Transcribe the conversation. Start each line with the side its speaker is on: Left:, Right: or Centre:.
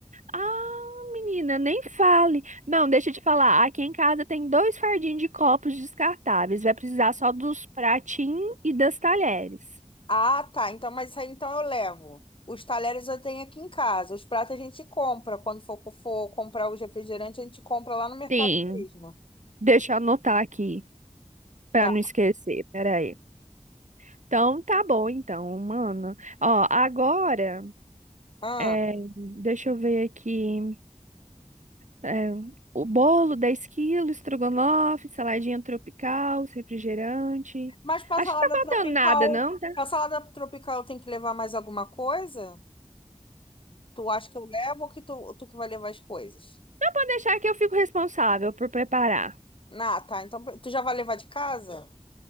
Right: Ah, menina, nem fale. Não, deixa eu te falar. Aqui em casa tem dois fardinhos de copos descartáveis. Vai precisar só dos pratinhos e das talheres.
Left: Ah, tá. Então, mas isso aí então eu levo. Os talheres eu tenho aqui em casa. Os pratos a gente compra. Quando for, for comprar os refrigerantes, a gente compra lá no mercado
Right: Sim,
Left: mesmo.
Right: deixa eu anotar aqui pra
Left: Tá.
Right: não esquecer. Peraí. Então, tá bom, então, mano. Ó, agora,
Left: Ah.
Right: é, deixa eu ver aqui. é, o bolo, 10 quilos, estrogonofe, saladinha tropical, refrigerante.
Left: Mas pra
Right: Acho
Left: salada
Right: que tá faltando
Left: tropical,
Right: nada, não? tá?
Left: pra salada tropical eu tenho que levar mais alguma coisa? Tu acha que eu levo ou que tu, tu que vai levar as coisas?
Right: Pode deixar que eu fico responsável por preparar.
Left: Ah, tá. Então tu já vai levar de casa?